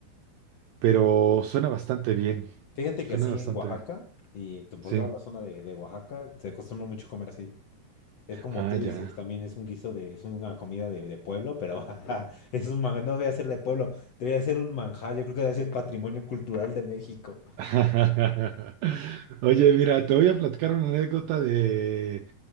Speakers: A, on the right (about 80°); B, on the left (about 60°).
A: pero suena bastante bien.
B: Fíjate
A: Suena
B: que así
A: bastante
B: en Oaxaca
A: bien.
B: y tu- por
A: Sí.
B: toda la zona de, de Oaxaca se acostumbra mucho comer así. Es como
A: Ah,
B: tú
A: ya.
B: dices, también es un guiso de, es una comida de, de pueblo, pero <laughs> ajá, es un man- no debe ser de pueblo, debería ser un manjar, yo creo que debe ser patrimonio cultural de México.
A: <laughs> Oye, mira, te voy a platicar una anécdota de,